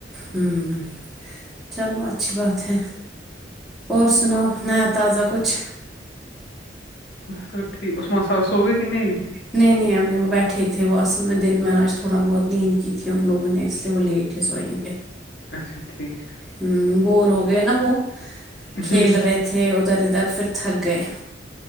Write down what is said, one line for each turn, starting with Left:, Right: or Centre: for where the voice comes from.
Centre: ہوں چلو اچھی بات ہے اور سناؤ نیا تازہ کچھ
Left: ب ٹھیک اسو ساتس س ہو گئے کہ نہیں بھی
Centre: نہیں نہیں ابھی وہ بیٹھے تھے وہ اصل میں دن میں آج تھوڑا بہت نیند کی تھی ان لوگوں نے اس لیے وہ لیٹ اھسو ون کے
Left: اچھا ٹھیک
Centre: ہ بور ہو گئے نا وہ
Left: ہ
Centre: کھیل رہے تھے ادھر ادھر پھر تھک گئے